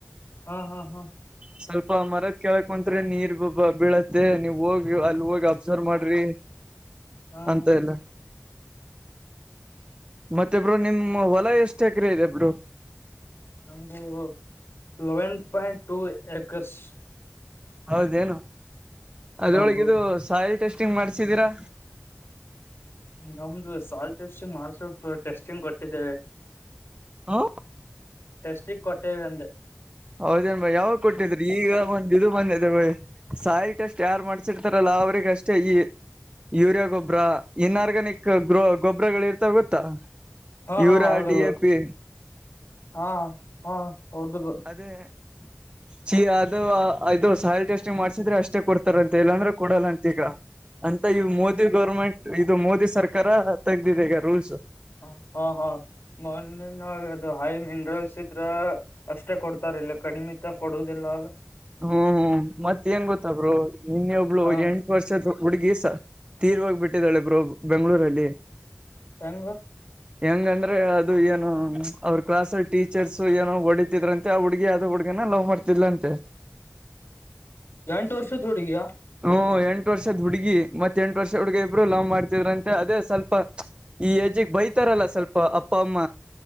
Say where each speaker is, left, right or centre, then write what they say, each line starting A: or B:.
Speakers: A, on the left; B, on the right.
A: ಹಾ ಹಾ ಹಾ
B: ಸ್ವಲ್ಪ ಮರದ ಕೇಳಕ್ ಅಂತ್ರೆ ನೀರ್ ಬ ಬೀಳತ್ತೆ ನೀವ್ ಹೋಗಿ ಅಲ್ಲಿ ಹೋಗಿ. ಅಬ್ಸರ್ವ್ ಮಾಡ್ರಿ
A: ಹಾ
B: ಅಂತ
A: ಹಾ ಹ್ಮ್
B: ಎಲ್ಲಾ. ಮತ್ತೆ ಬ್ರೋ ನಿಮ್ ಹೊಲ ಎಷ್ಟು ಎಕರೆ ಇದೆ ಬ್ರೋ.
A: ನಮ್ದು ಲೆವೆನ್ ಪಾಯಿಂಟ್ ಟು ಏಕರ್ಸ್.
B: ಹೌದೇನು ಅದ್ರೊಳಗಿದು
A: ಬ್ರೋ
B: ಸಾಯಿಲ್ ಟೆಸ್ಟಿಂಗ್ ಮಾಡ್ಸಿದೀರಾ.
A: ನಮ್ದು ಸಾಯಿಲ್ ಟೆಸ್ಟಿಂಗ್ ಮಾಡ್ಸಬೇಕ ಟೆಸ್ಟಿಂಗ್ ಕೊಟ್ಟಿದ್ದೇವೆ.
B: ಹಾ
A: ಟೆಸ್ಟಿಗೆ ಕೊಟ್ಟೇವಿ ಅಂದೇ.
B: ಹೌದೇನ್ ಬಾಯಿ ಯಾವಾಗ ಕೊಟ್ಟಿದ್ರಿ ಈಗ ಬಂದ್ ಇದು ಬಂದಿದೆ ಬೈ ಸಸಾಯಿಲ್ ಟೇಸ್ಟ್ ಯಾರು ಮಾಡ್ಸಿರ್ತಾರಲ್ಲ ಅವ್ರಗೆ ಅಷ್ಟೇ ಈ ಯೂರಿಯಾ ಗೊಬರ ಇನ್ ಆರ್ಗ್ಯಾನಿಕ್. ಗೋ ಗೊಬ್ಬರಗಳ ಇರ್ತಾವ ಗೊತ್ತಾ
A: ಹಾ
B: ಯೂರಿಯ
A: ಹಾ ಹೌದು
B: ಡಿ ಎ ಪಿ.
A: ಹಾ ಹಾ ಹೌದು.
B: ಅದೇ
A: <unintelligible>
B: ಚೀ ಅದು ಇದು ಸಾಯಿಲ್ ಟೆಸ್ಟಿಂಗ್ ಮಾಡ್ಸಿದ್ರೆ ಅಷ್ಟೇ ಕೊಡ್ತಾರಂತೆ ಇಲ್ಲಾಂದ್ರೆ ಕೊಡಲ್ಲಂತ ಈಗ. ಅಂತ ಇವು ಮೋದಿ ಗೌರ್ಮೆಂಟ್ ಇದು ಮೋದಿ ಸರ್ಕಾರ ತೆಗ್ದಿದೆ ಈಗ ರೂಲ್ಸ್.
A: ಹ ಹ ಹಾ ಮಣ್ಣಿನೊಳಗ ಅದು ಹೈ ಮಿನರಲ್ಸ್ ಇದ್ರ. ಅಷ್ಟೇ ಕೊಡ್ತಾರ ಇಲ್ಲ ಕಡಿಮಿತ ಕೊಡುದಿಲ್ಲ ಅವಲ್ಲ.
B: ಹ್ಮ್ ಹ್ಮ್ ಮತ್ತ ಏನ್ ಗೊತ್ತ ಬ್ರೋ ನಿನ್ನೆ ಒಬ್ಳು
A: ಹಾ
B: ಎಂ ಟು ವರ್ಷದ ಹುಡುಗಿ ಸ ತೀರ್ ಹೋಗಿ ಬಿಟ್ಟಿದಾಳೆ ಬ್ರೋ ಬೆಂಗ್ಳೂರಲ್ಲಿ.
A: ಹೆಂಗೋ
B: ಹೆಂಗಂದ್ರೆ ಅದು ಏನೋ. ಅವ್ರ ಕ್ಲಾಸ್ಲ್ಲೀ ಟೀಚರ್ಸ್ ಏನೋ ಹೊಡಿತಿದ್ರಂತೆ ಆ ಹುಡ್ಗಿ ಯಾವದೋ ಹುಡ್ಗನ ಲವ್ ಮಾಡ್ತಿದ್ ಅಂತೆ.
A: ಎಂಟು ವರ್ಷದ ಹುಡುಗಿಯಾ.
B: ಹ್ಮ್ ಎಂಟ್ ವರ್ಷದ ಹುಡ್ಗಿ ಮತ್ ಎಂಟು ವರ್ಷ ಹುಡುಗ ಇಬ್ಬರು ಲವ್ ಮಾಡ್ತಿದ್ರ ಅಂತೇ. ಅ ಅದೇ ಸ್ವಲ್ಪ ಈ ಏಜಿಗೆ ಬೈತಾರಲ್ಲ ಸ್ವಲ್ಪ ಅಪ್ಪ ಅಮ್ಮ.